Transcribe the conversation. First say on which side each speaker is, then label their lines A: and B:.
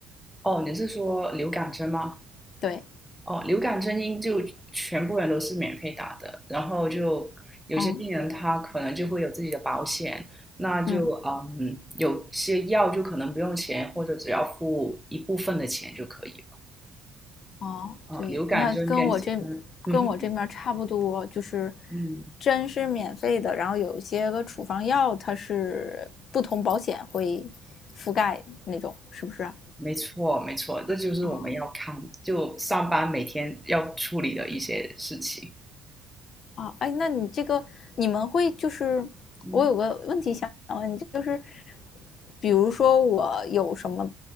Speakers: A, in the centre; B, on the left.
A: 哦，你是说流感针吗？
B: 对，
A: 哦，流感针应就全部人都是免费打的，然后就有些病人他可能就会有自己的保险，
B: 嗯
A: 那就嗯，
B: 嗯，
A: 有些药就可能不用钱，或者只要付一部分的钱就可以了。
B: 哦，
A: 啊，
B: 对，
A: 流感针跟其他，
B: 那跟我这
A: 嗯哼。
B: 跟我这面差不多，就是
A: 嗯，
B: 针是免费的，然后有一些个处方药它是不同保险会覆盖那种，是不是啊？
A: 没错，没错，这就是我们要看，
B: 哦，
A: 就上班每天要处理的一些事情。
B: 啊，哎，那你这个你们会就是，
A: 嗯
B: 我有个问题想问你，就是，比如说我有什么